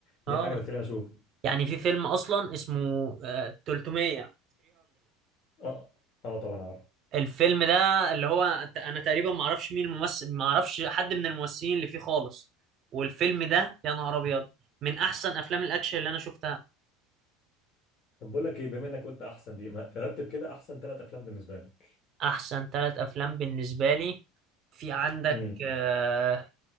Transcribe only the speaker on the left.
دي
الحاجه اللي تخليني اشوفه
اه اه طبعا عارف
طب بقول لك ايه بما انك قلت احسن دي ما رتب كده احسن ثلاث افلام بالنسبه لك
امم